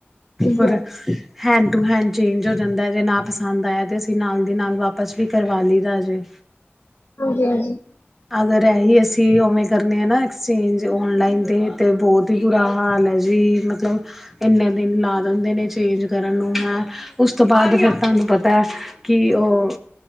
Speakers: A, in the centre; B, on the left.
A: ਹੋਰ
B: ਹਾਂਜੀ
A: ਹੈਂਡ ਟੂ ਹੈਂਡ ਚੇਂਜ ਹੋ ਜਾਂਦਾ, ਜੇ ਨਾ ਪਸੰਦ ਆਇਆ ਤੇ ਅਸੀਂ ਨਾਲ ਨਾਲ ਵਾਪਿਸ ਵੀ ਕਰਵਾ ਲਈ ਜੇ
B: ਹਾਂਜੀ ਹਾਂਜੀ
A: ਅਗਰ ਇਹੀ ਅਸੀਂ ਉਵੇਂ ਕਰਨੇ ਆ ਨਾ ਐਕਸਚੇਂਜ ਔਨਲਾਈਨ ' ਤੇ ਬਹੁਤ ਬੁਰਾ ਹਾਲ ਐ ਜੀ, ਮਤਲਬ ਇੰਨੇ ਦਿਨ ਲਾ ਦਿੰਦੇ ਚੇਂਜ ਕਰਨ ਨੂੰ ਹੈਂ, ਉਸ ਤੋਂ ਬਾਅਦ ਫਿਰ ਤੁਹਾਨੂੰ ਪਤਾ ਆ ਕਿ ਉਹ